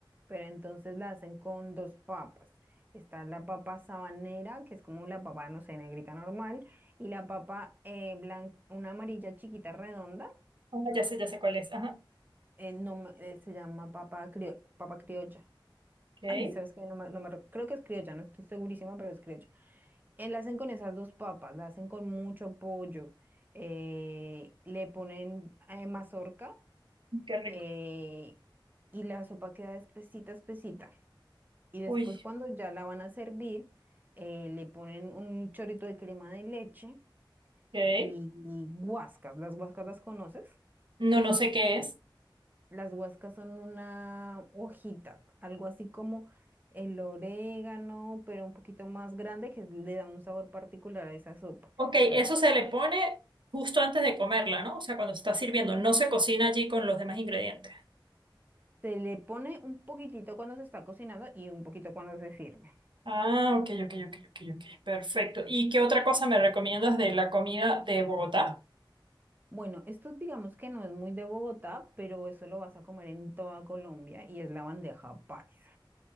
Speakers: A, on the right; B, on the right.
A: pero entonces la hacen con dos papas. Está la papa sabanera, que es como la papa, no sé, negrita normal, y la papa eh, blan- una amarilla chiquita redonda,
B: Ah, ya sé, ya sé cuál es. Ajá.
A: eh, no, me- eh, se llama papa, crio- papa criolla.
B: Ok,
A: Ay, ¿sabes qué? No me, no me rec- creo que es criolla, no estoy segurísima, pero es criolla. Eh, la hacen con esas dos papas, la hacen con mucho pollo, eh, le ponen eh, mazorca
B: qué rico.
A: eh, y la sopa queda espesita, espesita. Y después
B: Uy,
A: cuando ya la van a servir, eh, le ponen un chorrito de crema de leche
B: ok.
A: y, y guascas. ¿Las guascas las conoces?
B: No, no sé qué es.
A: Las guascas son una hojita, algo así como el orégano, pero un poquito más grande que le da un sabor particular a esa sopa.
B: Ok, eso
A: O sea,
B: se le pone justo antes de comerla, ¿no? O sea, cuando se está sirviendo. No se cocina allí con los demás ingredientes.
A: se le pone un poquitito cuando se está cocinando y un poquito cuando se sirve.
B: Ah, ok, ok, ok, ok, ok. Perfecto. ¿Y qué otra cosa me recomiendas de la comida de Bogotá?
A: Bueno, esto digamos que no es muy de Bogotá, pero eso lo vas a comer en toda Colombia y es la bandeja paisa.